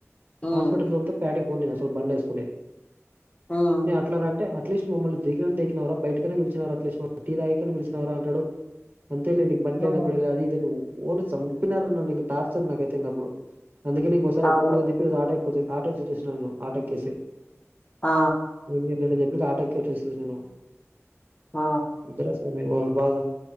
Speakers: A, on the left; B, on the right.
A: ఉమ్
B: హాస్పిటల్ లో అంత పాడి పోదుమా ఓసారి బండ్ వేసుకొని
A: ఉమ్
B: నేను అట్లానంటే అట్ అట్లీస్ట్ మమ్మల్ని ద దక్కినారా బయటకనే పిచిన అ టీ రా పలిచినార అంటాడు అంతేలే నీ బండ్లేనపుడు
A: ఉమ్
B: ఇగ అదీదని ఓ ఓను చంపినార నం టార్చర్ నాకయితే అప్పుడు అందుకేం ఒకసారి
A: అవును
B: కూడదని చెప్పి ఇగ ఆటో కొద్దిగా ఆటో <unintelligible> ఆట ఎక్కేసి
A: ఆ
B: <unintelligible> మీర్ ఆటో ఎక్క వచ్చేసయ్ అన్న
A: ఆ
B: ఒద్దు రా సామి వాళ బాధ